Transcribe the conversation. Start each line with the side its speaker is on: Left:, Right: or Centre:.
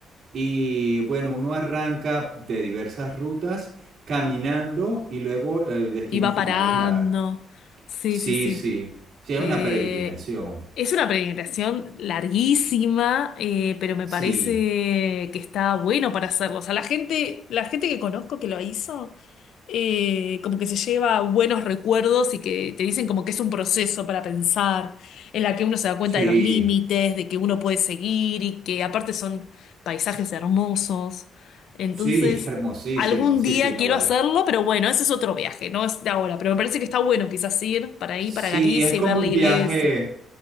Right: Y bueno, uno arranca de diversas rutas caminando y luego el destino
Left: Y va
Right: final
Left: parando.
Right: es la...
Left: Sí,
Right: Sí,
Left: sí, sí.
Right: sí, sí, es
Left: Eh,
Right: una peregrinación.
Left: es una peregrinación larguísima, eh, pero me
Right: Sí,
Left: parece que está bueno para hacerlo. O sea, la gente, la gente que conozco que lo hizo, eh, como que se lleva buenos recuerdos y que te dicen como que es un proceso para pensar, en la que uno se da cuenta
Right: sí,
Left: de los límites, de que uno puede seguir y que aparte son paisajes hermosos. Entonces...
Right: sí, <laughs> hermosísimo,
Left: Algún
Right: sí,
Left: día
Right: sí, no
Left: quiero
Right: vale.
Left: hacerlo, pero bueno, ese es otro viaje, no es de ahora. Pero me parece que está bueno quizás ir para ahí,
Right: Sí,
Left: para Galicia
Right: es como
Left: y ver la
Right: un
Left: iglesia,
Right: viaje,